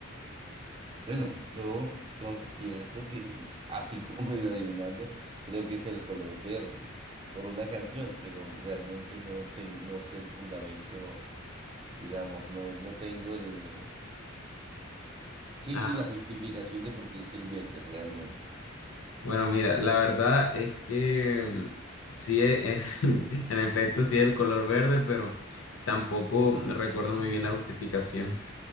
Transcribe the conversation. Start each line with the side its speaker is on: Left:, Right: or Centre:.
Right: Bueno, yo con- pienso que, así como <laughs> medio adivinando, creo que es el color verde por una canción, pero realmente no, ten- no sé el fundamento, digamos, no, no tengo el... Sí,
Left: Ah,
Right: sí, la justificación de por qué es el verde realmente.
Left: bueno, mira, la verdad es que mm, sí, e- en, <laughs> en efecto, sí es el color verde, pero tampoco recuerdo muy bien la justificación.